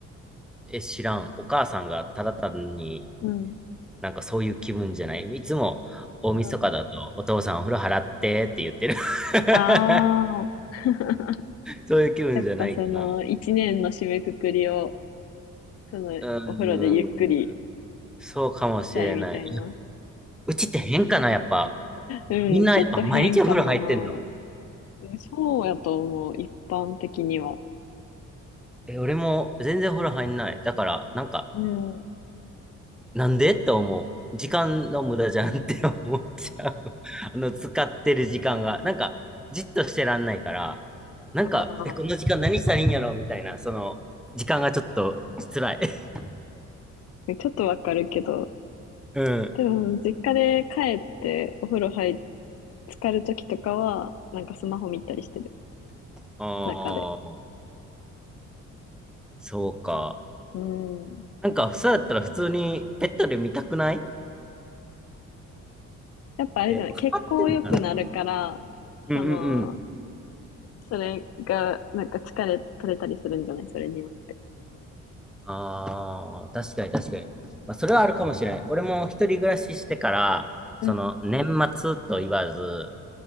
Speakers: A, in the centre; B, on the left.
A: え、知らん。お母さんがただ単に
B: うん。
A: なんかそういう気分じゃない。いつも大晦日だとお父さんお風呂払ってって言ってる。
B: うん。
A: <laughs>
B: ああ、<laughs>
A: そういう気分じゃないかな。
B: やっぱその一年の締めくくりを、そのお風呂でゆっくり
A: うーん。そうかもしれない。
B: したいみたいな。
A: うちって変かな、やっぱ。
B: うん、
A: みんなやっぱ毎日お風呂入ってんの。
B: ちょっと変かもな。うんそうやと思う、一般的には。
A: え、俺も全然お風呂入んない。だから、なんか、
B: うん。
A: なんでって思う。時間の無駄じゃんって <laughs> 思っちゃう。<laughs> あの、使ってる時間が。なんか、じっとしてらんないから、なんか、
B: あー
A: え、この時間何したらいいんやろみたいな、その、時間がちょっと辛い。<laughs>
B: ちょっとわかるけど、
A: うん。
B: でも実家で帰ってお風呂入っ、浸かるときとかは、なんかスマホ見たりしてる、
A: <laughs> ああ、
B: 中で。
A: そうか。
B: うん。
A: なんか、そうやったら普通にベッドで見たくない
B: やっぱあれじゃない、
A: え、<laughs> やっぱかかってる。
B: 血行良くなるから、
A: うんうんうん。
B: その、それが、なんか疲れ取れたりするんじゃないそれによって。
A: ああ、確かに確かに。まあ、それはあるかもしれない。俺も一人暮らししてから、
B: うん。
A: その、年末と言わず、